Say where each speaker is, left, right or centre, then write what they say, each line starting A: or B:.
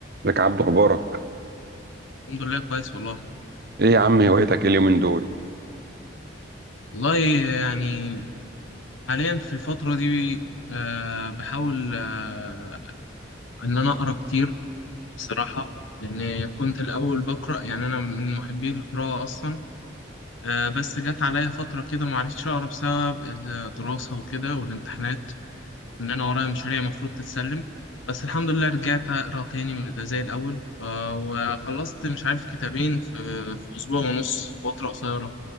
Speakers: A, on the right; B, on the left.
A: ازيك يا عبدو اخبارك
B: الحمد لله كويس والله
A: ايه يا عم هوايتك ايه اليومين دول
B: والله يعني حاليا في الفترة دي آه، بحاول آه، إن أنا أقرأ كتير بصراحة لأن كنت الأول بقرأ يعني أنا من محبي القراءة أصلا آه، بس جت عليا فترة كده معرفتش أقرأ بسبب الدراسة وكده والامتحانات إن أنا ورايا مشاريع المفروض تتسلم بس الحمد لله رجعت أقرأ تاني من- زي الأول آه، وخلصت مش عارف كتابين في في أسبوع ونص فترة قصيرة